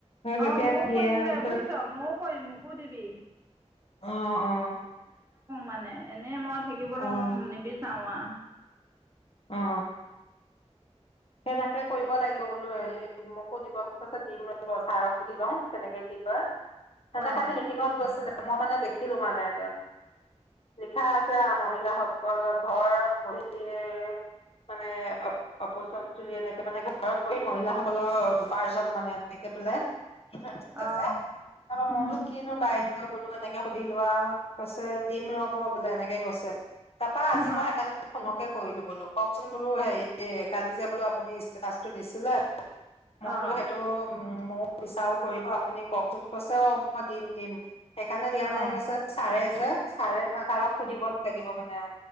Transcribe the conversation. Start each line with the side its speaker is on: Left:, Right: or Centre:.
Right: অ
Left: কেতিয়া
Right: ময়ো
Left: দিয়ে
Right: কৰিম দে
Left: পিছত
Right: বুজিছ ময়ো কৰিম মোক। মোকো দিবী।
Left: অ, অ।
Right: মানে এনে মত। থাকিবলৈ
Left: অ
Right: মই নিবিচাৰো আ।
Left: অ সেজাতকে কৰিব লাগিব বোলো এই মোকো দিব দিম ৰ ছাৰক সুধি লওঁ তেনেকে কি কয়? সিজনে
Right: অ
Left: কালি মিটিঙত গৈছিলে? মই মানে দেখিলো মানে লিখা আছে আৰু মহিলাসকল ঘৰত বহি। মানে অ অপচন এনেকে মানে ঘৰত বহি মহিলাসকলৰ উপাৰ্জন মানে তেনেকে বোলে? ধ
Right: অ
Left: আছে তাৰপৰা মই
Right: উম
Left: বো কিনো বাইদেউ? বোলো এনেকে সুধি লোৱা কৈছে দিম ৰব বোলে এনেকে কৈছে? তাৰপৰা আজি
Right: অ
Left: মই সেইকাৰণে ফোনকে কৰি? কৰিলো বোলো? কওকচোন বোলো হেৰি কালি যে বোলো আপুনি ষ্টেটাচটো দিছিলে? মই
Right: অ অ
Left: বোলো সেইটো উম। ময় বিচাৰো কৰিব আপুনি কওকচোন কৈছে অ মই দিম দিম? একাৰনে দিয়া
Right: অ অ অ
Left: নাই কৈছে চাৰে। হে। ছাৰে ম ছাৰক সুধিব লাগিব মানে? অ